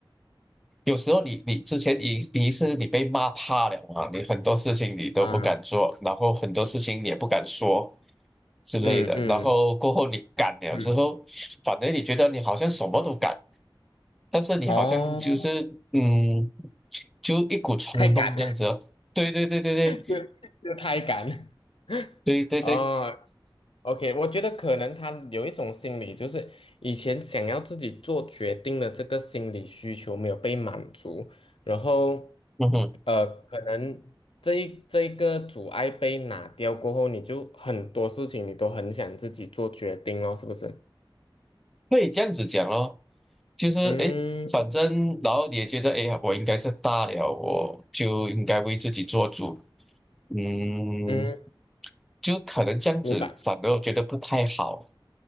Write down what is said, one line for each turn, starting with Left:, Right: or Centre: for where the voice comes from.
Centre: 有时候你你之前你你是你被骂怕了嘛，你很多事情你都不敢做，
Left: 啊
Centre: 然后很多事情你也不敢说之类的，
Left: 嗯嗯
Centre: 然后过后你敢了之后，
Left: 嗯，
Centre: 反正你觉得你好像什么都敢，但是你好像就是嗯，
Left: 哦，
Centre: 就一股冲动这样子哦。
Left: 太赶。
Centre: 对对对对
Left: 就就太赶 <laughs>
Centre: 对对对对，
Left: 哦。OK，我觉得可能他有一种心理，就是以前想要自己做决定的这个心理需求没有被满足，然后，
Centre: 嗯哼。
Left: 呃，可能这一这一个阻碍被拿掉过后，你就很多事情你都很想自己做决定咯，是不是？
Centre: 可以这样子讲咯，就是诶，
Left: 嗯
Centre: 反正然后你也觉得诶，我应该是大了，我就应该为自己做主，嗯，
Left: 嗯，
Centre: 就可能这样子，
Left: 明白。
Centre: 反而我觉得不太好。